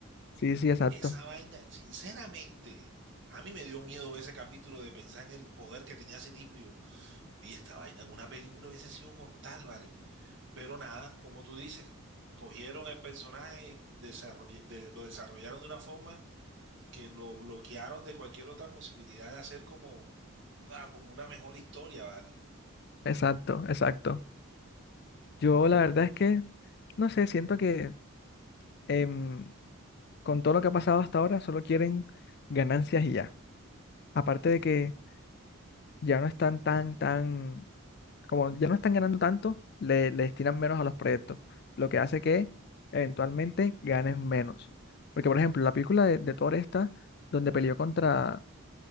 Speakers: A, on the left; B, on the right.
A: sí, sí, exacto,
B: Esa vaina, sinceramente, a mí me dio miedo ver ese capítulo de pensar en el poder que tenía ese tipo. Y yo, uy, esta vaina en una película hubiese sido mortal, ¿vale? Pero nada, como tú dices, cogieron el personaje y desarrolle- de- lo desarrollaron de una forma que lo bloquearon de cualquier otra posibilidad de hacer como, una- como una mejor historia, ¿vale?
A: exacto, exacto. Yo la verdad es que, no sé, siento que em, con todo lo que ha pasado hasta ahora, solo quieren ganancias y ya. Aparte de que ya no están tan, tan, como ya no están ganando tanto, le, le destinan menos a los proyectos, lo que hace que eventualmente ganen menos. Porque, por ejemplo, la película de, de Thor esta, donde peleó contra,